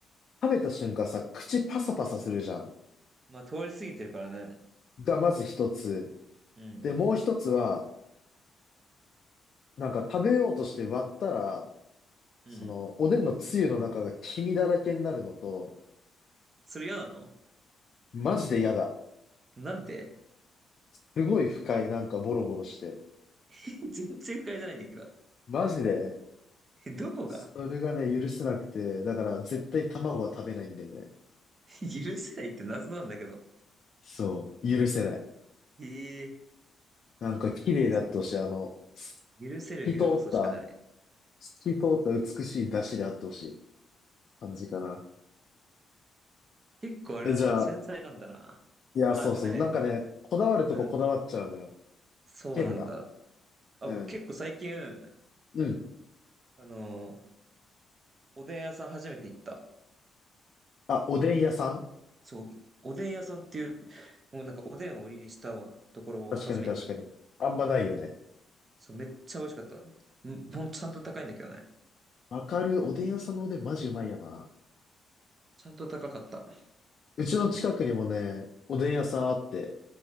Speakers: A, on the left (about 50°); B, on the right (about 40°).
A: 食べた瞬間さ、口パサパサするじゃん。
B: まあ、通り過ぎてるからね。
A: がまず一つ。
B: うん。
A: で、もう一つは、なんか食べようとして割ったら、その、
B: うん。
A: おでんのつゆの中が黄身だらけになるのと、
B: それ嫌なの
A: マジで嫌だ。
B: なんで
A: すごい不快。なんかボロボロして。
B: <laughs> 全然不快じゃないんだけど。
A: マジで、
B: え、どこが
A: それがね、許せなくて、だから絶対卵は食べないんだよね。
B: <laughs> 許せないって謎なんだけど。
A: そう、許せない。
B: ええ
A: なんか綺麗であってほしい。
B: 許す、
A: あの、
B: 許せる要素しかない。
A: 透き通った、透き通った美しい出汁であってほしい感じかな。
B: 結構あれなんだな、
A: え、じゃあ、
B: 繊細なんだな。
A: いや、そうそう。
B: あのね、
A: なんかね、こだわるとここだわっちゃうのよ。
B: うん。そうなんだ。
A: 変な。
B: あ、
A: うん。
B: 僕結構最近、
A: うん。
B: あの、おでん屋さん初めて行った。
A: あ、おでん屋さん
B: そう、おでん屋さんっていう、もうなんかおでんを売りにしたところを初めて。
A: 確かに確かに。あんまないよね。
B: そう、めっちゃ美味しかった。うん、ほん、ちゃんと高いんだけどね。
A: わかる。おでん屋さんのおでんマジうまいよな。
B: ちゃんと高かった。
A: うちの近くにもね、
B: 本当に。
A: おでん屋さんあって、